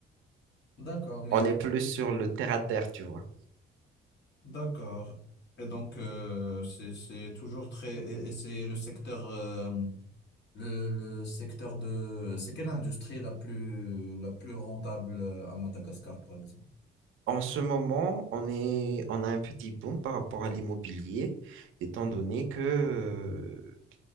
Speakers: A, on the left; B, on the right.
A: d'accord, mais
B: On est plus sur le terre à terre, tu vois.
A: d'accord. Et donc, euh, c'est, c'est toujours très, et, et c'est le secteur euh, Le, le secteur de... C'est quelle industrie la plus, la plus rentable euh, à Madagascar, par exemple?
B: En ce moment, on est, on a un petit boom par rapport à l'immobilier, étant donné que euh,